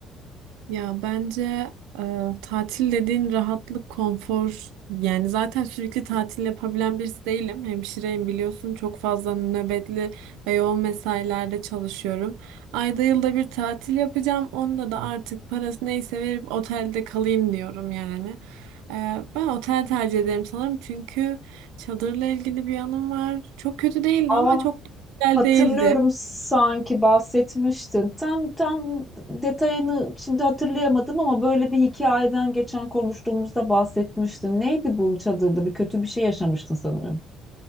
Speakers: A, on the right (about 85°); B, in the centre.
A: Ya bence e, tatil dediğin rahatlık, konfor yani zaten sürekli tatil yapabilen birisi değilim. Hemşireyim biliyorsun çok fazla nöbetli ve yoğun mesailerde çalışıyorum. Ayda yılda bir tatil yapacağım. Onda da artık parası neyse verip otelde kalayım diyorum yani. E, ben otel tercih ederim sanırım çünkü çadırla ilgili bir yanım var. Çok kötü değildi
B: Ah,
A: ama çok da güzel
B: hatırlıyorum
A: değildi.
B: sanki bahsetmiştin. Tam tam detayını şimdi hatırlayamadım ama böyle bir hikayeden geçen konuştuğumuzda bahsetmiştin. Neydi bu çadırda? Bir kötü bir şey yaşamıştın sanırım.